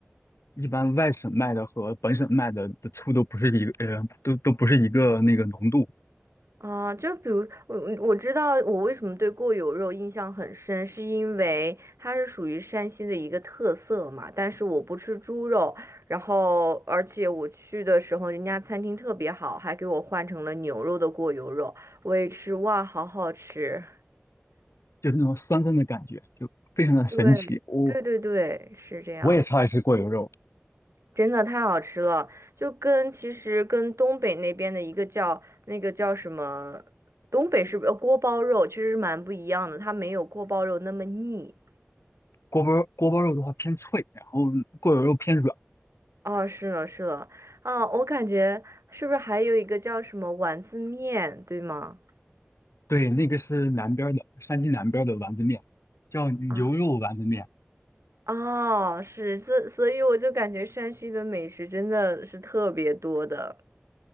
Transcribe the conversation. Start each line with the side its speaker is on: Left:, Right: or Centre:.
Left: 一般外省卖的和本省卖的的醋都不是一个，呃，都都不是一个那个浓度，
Right: 啊，就比如我我知道我为什么对过油肉印象很深，是因为它是属于山西的一个特色嘛。但是我不吃猪肉，然后而且我去的时候，人家餐厅特别好，还给我换成了牛肉的过油肉，我也吃，哇，好好吃。
Left: 就是那种酸酸的感觉，就非常的神奇。
Right: 对，
Left: 我
Right: 对对对，是这样。
Left: 我也超爱吃过油肉，
Right: 真的太好吃了，就跟其实跟东北那边的一个叫那个叫什么，东北是不是呃锅包肉，其实是蛮不一样的，它没有锅包肉那么腻。
Left: 锅包锅包肉的话偏脆，然后过油肉偏软。
Right: 哦，是了是了，啊，我感觉是不是还有一个叫什么丸子面，对吗？
Left: 对，那个是南边儿的，山西南边儿的丸子面，叫牛肉丸子面。
Right: 啊，哦，是，所所以我就感觉山西的美食真的是特别多的